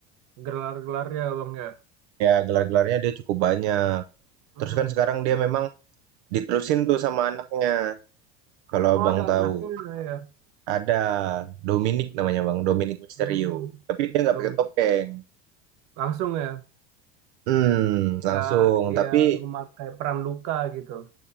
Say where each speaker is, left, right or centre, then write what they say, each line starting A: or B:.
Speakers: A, on the right; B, on the right.
A: gelar-gelarnya Bang ya.
B: Ya gelar-gelarnya dia cukup banyak.
A: Hmm.
B: Terus kan sekarang dia memang diterusin tuh sama anaknya. Kalau
A: Oh
B: abang
A: ada
B: tahu,
A: anaknya ya.
B: ada Dominic namanya bang, Dominic Mysterio.
A: belum
B: Tapi dia nggak
A: belum
B: pakai topeng.
A: langsung ya
B: Hmm, langsung.
A: nggak dia
B: Tapi
A: memakai peran luka gitu